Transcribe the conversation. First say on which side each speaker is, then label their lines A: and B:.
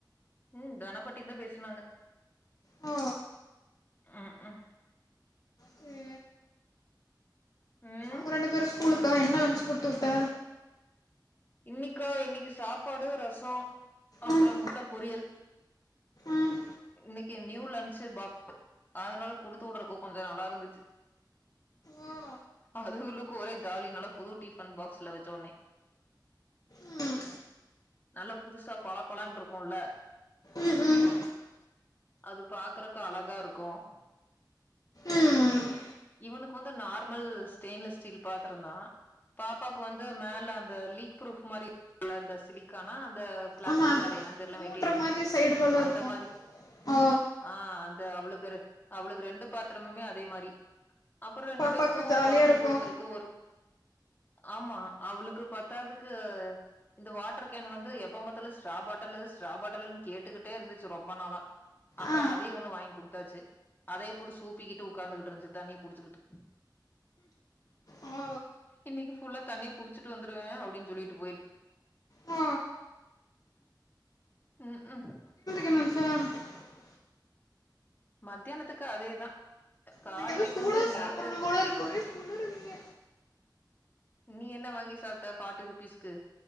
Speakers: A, on the left; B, on the left.
A: உம் தனப்பாட்டியு தான் பேசுனாங்க
B: ஓ
A: உம் ஹும்
B: சரி
A: உம்
B: அவுங்க ரெண்டு பேரும் ஸ்கூலுக்கா என்ன லன்ட்ஜ் குடுத்து விட்ட
A: இன்னைக்கா இன்னைக்கு சாப்பாடு ரசம் அப்புறம்
B: ம்
A: முட்ட பொரியல்
B: ம்
A: இன்னைக்கு நியூ லன்ச்சு பாக்ஸ் அதனால குடுத்து விடுறக்கும் கொஞ்சம் நல்லா இருந்துச்சு
B: ஓ
A: அதுகளுக்கு ஒரே ஜாலி நல்ல புது டிஃபன் பாக்ஸ்ல வச்ச உனே
B: ம்
A: நல்லா புதுசா பலப்பழம்னு இருக்கும்ல
B: ம்
A: அது பாக்குறக்கு அழகா இருக்கும்
B: ம் ம்
A: இவனுக்கு வந்து நார்மல் ஸ்டெயின்லெஸ் ஸ்டீல் பாத்திரம் தான் பாப்பாக்கு வந்து மேல அந்த லீக் ப்ரூப் மாதிரி உள்ள அந்த சிலிக்கானா அந்த பிளாஸ்டிக்
B: ஆமாம்
A: அது என்னனு தெரியல
B: மூடுற
A: மெட்டிரியல்
B: மாதிரி சைடுலலாம்
A: அந்த
B: இருக்கும்
A: மாரி
B: ஓ
A: ஆஹ் த்த அவளுபேரு அவளுக்கு ரெண்டு பாத்திரமுமே அதே மாரி <unintelligible> அப்புறம் ரெண்டு
B: பாப்பாக்கு
A: பேருக்கும்
B: ஜாலியா
A: குழம்பு
B: இருக்கு
A: கூத்துருக்கு ஒரு ஆமா அவளுக்கு பத்தாதுக்கு இந்த வாட்டர் கேன் வந்து எப்ப பாத்தாலும் ஸ்ட்ராபாட்டலு ஸ்ட்ராபட்டலுன்னு கேட்டுகிட்டே இருந்துச்சு ரொம்ப நாளா அப்புறம்
B: ஆ
A: அதையும் ஒண்ணு வாங்கி குடுத்தாச்சு அதயு போட்டு சூப்பிக்கிட்டு உட்கார்ந்துகிட்டு இருந்துச்சு தண்ணி குடிச்சுக்கிட்டு
B: ஓ
A: இன்னைக்கு ஃபுல்லா தண்ணிய குடிச்சுட்டு வந்துருவேன் அப்படின்னு சொல்லிட்டு போயிருக்கு
B: ஆ
A: உம் கும்
B: <unintelligible>
A: மத்தியானத்துக்கு அதேதான் காலேலக்
B: எனக்கு ஏதோ
A: இப்ப
B: சூடா
A: வந்து நேத்து
B: சாப்பிடணும் போல இருக்கு ஒரே குளிருதுங்க
A: நீ என்ன வாங்கி சாப்ட்ட பாஃட்டி ருபீஸ்க்கு